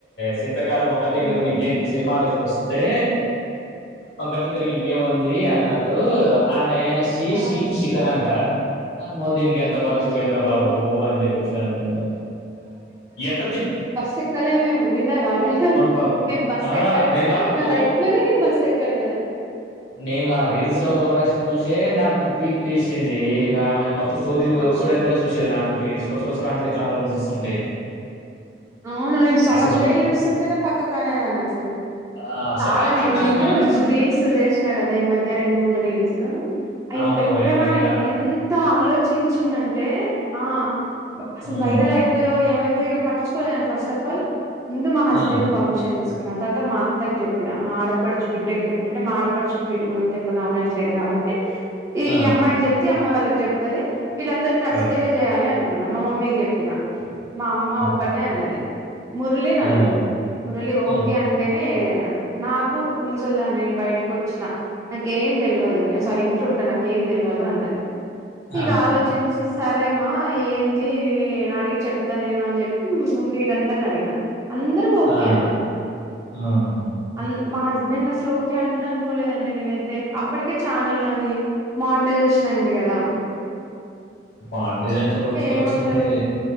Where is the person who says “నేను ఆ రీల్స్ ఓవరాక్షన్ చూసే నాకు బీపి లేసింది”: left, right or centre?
Left